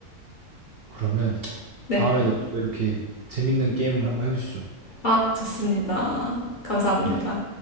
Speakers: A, on the right; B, on the left.
A: 그러면
B: 네.
A: 다음에도 또 이렇게 재밌는 게임 한번 해보시죠.
B: 아, 좋습니다. 감사합니다.
A: 네.